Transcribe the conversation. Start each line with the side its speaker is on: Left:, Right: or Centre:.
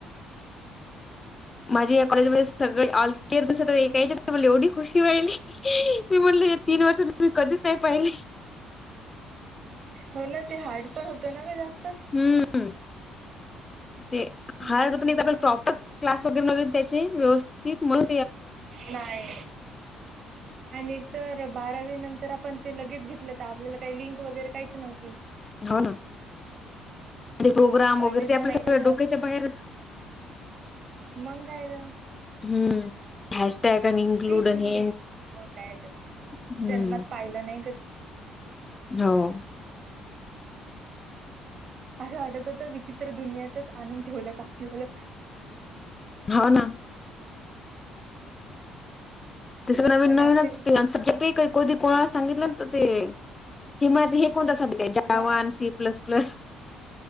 Left: माझी या कॉलेजमध्येध्ये सगळे लअर दिसत एऐकायच्या मला एवढी खुशी वहिली. म्हटलं या तीन वर्ष त्ही कधीच नाही पाहिले.
Right: हो ना ते हार्ड पण होत ना ग जास्तच.
Left: हम्म हम् ते
Right: मग
Left: हारत
Right: काय
Left: तर आप प्रॉपर क्लास वगैरे नून त्याचे व्यवस्थित म्हणू.
Right: नाय. आणि तर बारावी नंतर आपण ते लगेच घेतलं तर आपल्याला काही लिंक वगैरे काहीच नव्हती.
Left: हो ना प्रोग्राम
Right: पहिले
Left: वगैरे
Right: जर
Left: ते आपल्या
Right: माहित
Left: सगळ
Right: असत असंच
Left: डोक्याच्या बाहेरच
Right: मग काय तर
Left: हम्म हॅश टॅग अन इनक्लूडन
Right: ते सी
Left: हे
Right: मग काय तर
Left: हम्म.
Right: जन्मात पाहिलं नाही कधी.
Left: हो.
Right: असं वाटत होत विचित्र दुनियातच आणून ठेवलं का आपल्याला.
Left: ह ना. तस नवीन
Right: मण
Left: नवीनच
Right: आपले
Left: सब्जक्ट. का कधी कोणाला सांगित ते हिमा हे कोणता? त्याच्या
Right: हा
Left: वन सी प्लस प्लस.